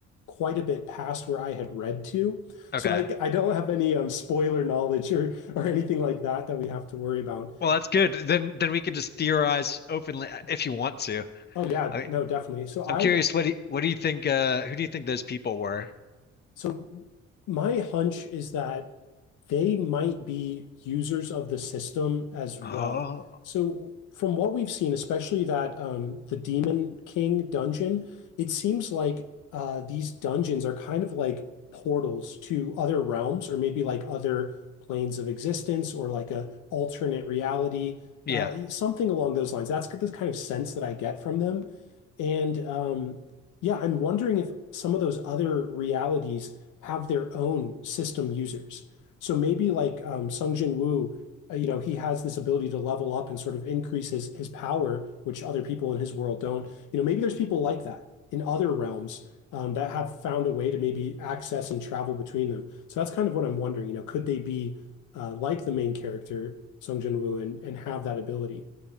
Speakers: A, on the left (about 85°); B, on the left (about 35°).
A: quite a bit past where I had read to,
B: Okay.
A: so I I don't have any um, spoiler knowledge or or anything like that that we have to worry about.
B: Well, that's good. Then then we can just theorize openly uh, if you want to.
A: Oh yeah,
B: I mean,
A: no, definitely. So I
B: I'm curious what do you, what do you think uh who do you think those people were?
A: So My hunch is that they might be users of the system as well.
B: Oh,
A: So From what we've seen, especially that um, the Demon King dungeon, it seems like uh, these dungeons are kind of like portals to other realms or maybe like other planes of existence or like a alternate reality,
B: yeah.
A: uh, something along those lines. That's the kind of sense that I get from them. and. um, yeah, I'm wondering if some of those other realities have their own system users. So maybe like um, Sung Jin Woo, uh, you know, he has this ability to level up and sort of increase his his power, which other people in his world don't. You know, maybe there's people like that in other realms um, that have found a way to maybe access and travel between them. So that's kind of what I'm wondering. You know, could they be uh, like the main character Sung Jin Woo and and have that ability?